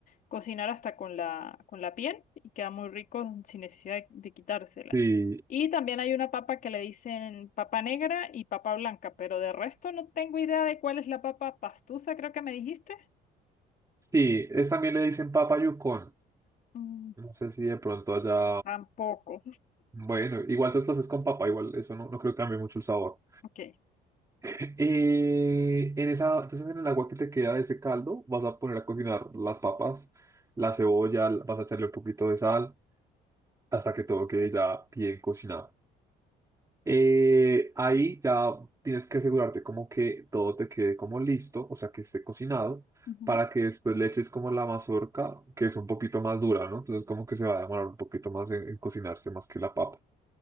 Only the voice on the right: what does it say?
Sí,
sí, es, también le dicen papa yucón.
No sé si de pronto allá.
Bueno, igual tú estás es con papa, igual eso no, no creo que cambie mucho el sabor.
Eh, en esa, entonces en el agua que te queda de ese caldo, vas a poner a cocinar las papas, la cebolla, vas a echarle un poquito de sal hasta que todo quede ya bien cocinado. Eh, ahí ya tienes que asegurarte como que todo te quede como listo, o sea que esté cocinado,
para que después le eches como la mazorca, que es un poquito más dura, ¿no? Entonces como que se va a demorar un poquito más en en cocinarse más que la papa.